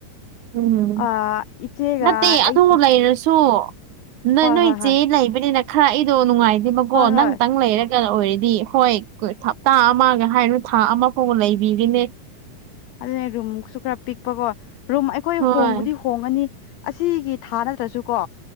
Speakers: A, on the right (about 70°); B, on the left (about 85°).
A: ꯎꯝ
B: ꯑ ꯏꯆꯦꯒ
A: ꯅꯠꯇꯦ
B: ꯑꯩ
A: ꯑꯗꯨ ꯂꯩꯔꯁꯨ ꯅꯣꯏ
B: ꯍꯣꯏ
A: ꯅꯣꯏ
B: ꯍꯣꯏ
A: ꯆꯦ
B: ꯍꯣꯏ
A: ꯂꯩꯕꯅꯤꯅ ꯈꯔ ꯑꯩꯗꯣ ꯅꯨꯡꯉꯥꯏꯇꯦꯕꯀꯣ
B: ꯍꯣꯏ ꯍꯣꯏ
A: ꯅꯪꯇꯪ ꯂꯩꯔ ꯑꯣꯏꯔꯗꯤ ꯍꯣꯏ ꯍꯞꯇꯥ ꯑꯃꯒ ꯍꯥꯏꯔꯅꯨ ꯊꯥ ꯑꯃꯐꯥꯎꯕ ꯂꯩꯕꯤꯒꯦꯅꯦ
B: ꯑꯗꯨꯅꯦ ꯔꯨꯝꯁꯨ ꯈꯔ ꯄꯤꯛꯄꯀꯣ ꯔꯨꯝ ꯑꯩꯈꯣꯏ
A: ꯍꯣꯏ
B: ꯍꯣꯡꯕꯨꯗꯤ ꯍꯣꯡꯉꯅꯤ ꯑꯁꯤꯒꯤ ꯊꯥ ꯅꯠꯇ꯭ꯔꯁꯨ ꯀꯣ